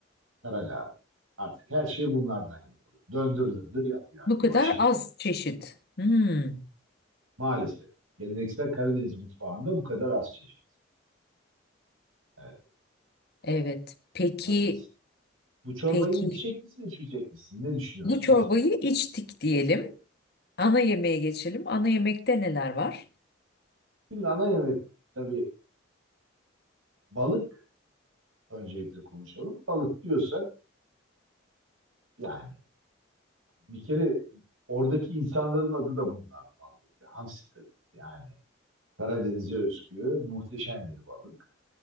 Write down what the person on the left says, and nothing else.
Bu
kadar
az çeşit. Hmm.
Evet. Peki,
peki
bu çorbayı
içtik diyelim. Ana yemeğe geçelim. Ana yemekte neler var?